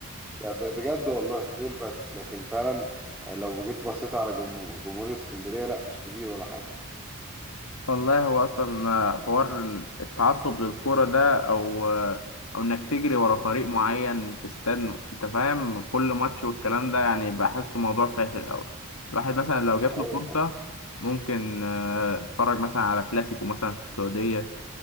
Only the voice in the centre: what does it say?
لا، ب- بجد والله دول بس لكن فعلا آه، لو جيت بصيت على جم- جمهور اسكندريه لا مش كبير ولا حاجه
ايوه
طبعا